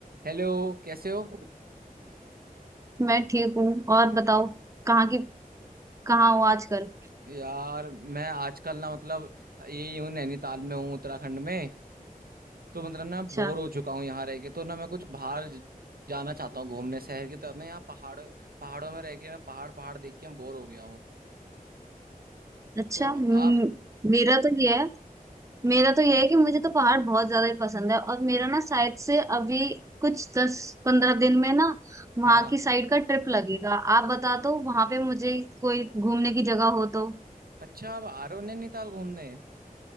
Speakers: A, on the right; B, on the right.
A: Hello कैसे हो
B: मैं ठीक हूँ और बताओ कहाँ की कहाँ हो आजकल
A: यार मैं आजकल ना मतलब यही हूँ नैनीताल में हूँ उत्तराखंड में तो मतलब ना बोर
B: अच्छा
A: हो चुका हूँ यहाँ रह के तो ना मैं कुछ बाहर ज- जाना चाहता हूँ घूमने शहर की तरफ ना यहाँ पहाड़ पहाड़ों में रह के मैं पहाड़ पहाड़ देख के मैं बोर हो गया हूँ
B: अच्छा
A: तो
B: हम्म,
A: आप
B: मेरा तो ये है मेरा तो ये है कि मुझे तो पहाड़ बहुत ज्यादा ही पसंद है और मेरा ना शायद से अभी कुछ दस पंद्रह दिन में ना वहाँ
A: हाँ
B: की साइड का ट्रिप लगेगा आप बता दो वहाँ पे मुझे कोई घूमने की जगह हो तो
A: अच्छा आप आ रहे हो नैनीताल घूमने